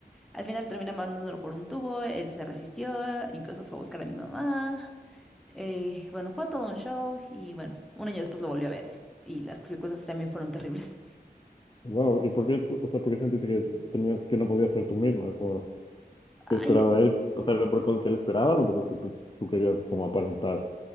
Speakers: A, in the centre; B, on the left (about 30°).
A: al final terminé mandándolo por un tubo, él se resistió, incluso fue a buscar a mi mamá. eh, bueno, fue todo un show y bueno, un año después lo volví a ver y las circunstancias también fueron terribles.
B: Wow, ¿y por qué, tú- o sea, por qué sentiste que tenías, que no podías ser tú misma? Como,
A: Ay,
B: ¿qué esperaba él? O sea, ¿era por cosas que él esperaba o por cosas que tú, tú querías como aparentar?